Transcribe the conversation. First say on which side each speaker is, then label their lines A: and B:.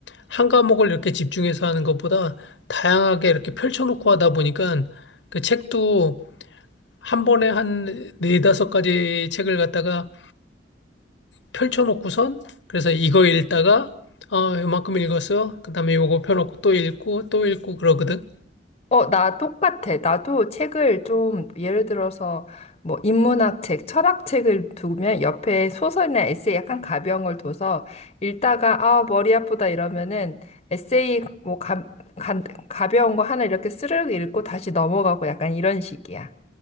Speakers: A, on the left; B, on the left.
A: 한 과목을 이렇게 집중해서 하는 것보다 다양하게 이렇게 펼쳐놓고 하다 보니까 그 책도 한 번에 한 네다섯 가지 책을 갖다가 펼쳐놓고선 그래서 이거 읽다가 어, 이만큼 읽었어. 그다음에 요거 펴놓고 또 읽고 또 읽고 그러거든.
B: 어, 나 똑같아. 나도 책을 좀, 예를 들어서, 뭐, 인문학 책, 철학 책을 두면 옆에 소설이나 에세이 약간 가벼운 걸 둬서 읽다가, 아, 머리 아프다 이러면은 에세이 뭐, 가, 가, 가벼운 거 하나 이렇게 스르륵 읽고 다시 넘어가고 약간 이런 식이야.